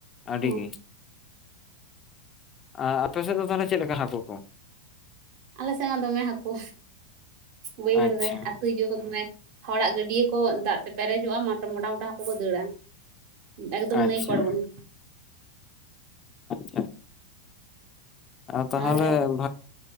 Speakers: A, on the left; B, on the right.
A: ᱟᱹᱰᱤ
B: ᱚ
A: ᱜᱮ ᱟ ᱟᱯᱮ ᱥᱮᱫ ᱫᱚ ᱛᱟᱦᱚᱞᱮ ᱪᱮᱫ ᱞᱮᱠᱟ ᱦᱟᱹᱠᱳ ᱠᱚ?
B: ᱟᱞᱮ ᱥᱮᱱᱦᱚ ᱫᱚᱢᱮ ᱦᱟᱹᱠᱳ ᱵᱟᱹᱭᱦᱟᱹᱲ
A: ᱟᱪᱪᱷᱟ
B: ᱨᱮ ᱟᱹᱛᱩ ᱦᱤᱡᱩᱜ ᱟᱠᱚ ᱫᱚᱢᱮ᱾ ᱦᱚᱲᱟᱜ ᱜᱟᱹᱰᱭᱟᱹ ᱠᱚ ᱫᱟᱜ ᱛᱮ ᱯᱮᱨᱮᱡᱚᱜᱼᱟ ᱢᱟᱴ ᱢᱚᱴᱟ ᱢᱚᱴᱟ ᱦᱟᱹᱠᱳ ᱠᱚ ᱫᱟᱹᱲᱟ᱾ ᱮᱠᱫᱚᱢ
A: ᱟᱪᱪᱷᱟ
B: ᱱᱟᱹᱭ ᱠᱚ ᱟᱬᱜᱚᱱᱟ
A: ᱟᱪᱷᱟ <inaudible> ᱟ ᱛᱟᱦᱟᱞᱮ
B: ᱛᱟᱦᱚᱞᱮ
A: <inaudible>